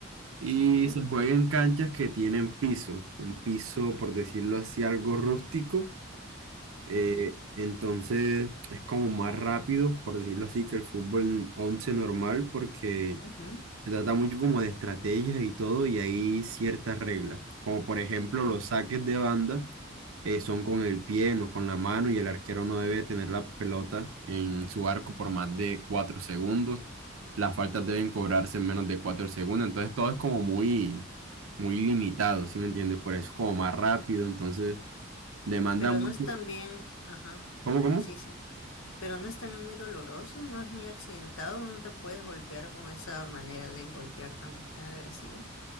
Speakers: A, on the right; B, on the left.
A: Y
B: ujú,
A: se juega en canchas que tienen piso, un piso, por decirlo así, algo rústico. eh,
B: ujú,
A: entonces es como más rápido, por decirlo así, que el fútbol 11 normal, porque
B: ujú,
A: se trata mucho como de estrategias y todo, y hay ciertas reglas, como por ejemplo
B: ujú.
A: los saques de banda eh, son con el pie, no con la mano, y el arquero no debe tener la pelota en su arco por más de cuatro segundos. Las faltas deben cobrarse en menos de cuatro segundos, entonces todo es como muy, muy limitado, ¿sí me entiendes? Por eso es como más rápido, entonces demanda
B: Pero
A: mucho.
B: no es también, ajá,
A: ¿Cómo, cómo?
B: sí, sí. Pero no es también muy doloroso, no es muy accidentado, no te puedes golpear con esa manera de golpear tan, tan agresivo.